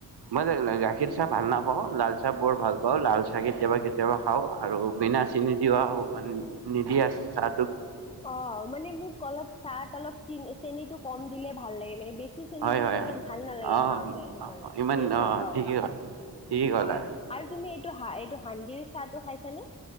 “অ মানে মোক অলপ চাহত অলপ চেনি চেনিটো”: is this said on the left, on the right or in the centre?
Left